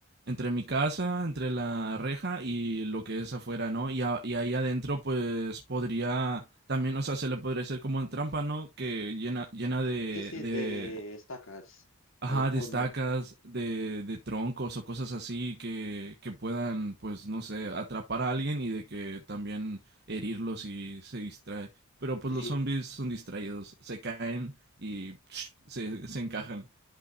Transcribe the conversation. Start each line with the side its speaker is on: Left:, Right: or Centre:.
Right: entre mi casa, entre la reja y lo que es afuera, ¿no? Y, a- y ahí adentro, pues podría también, o sea, se le podría hacer como en trampa, ¿no? Que llena, llena de,
Left: Sí, sí,
Right: de,
Left: de estacas
Right: ajá,
Left: al fondo.
Right: de estacas, de, de troncos o cosas así que, que puedan, pues, no sé, atrapar a alguien y de que también herirlos y se distrae. Pero pues
Left: Sí,
Right: los zombies son distraídos, se caen y <tsk> se, se encajan.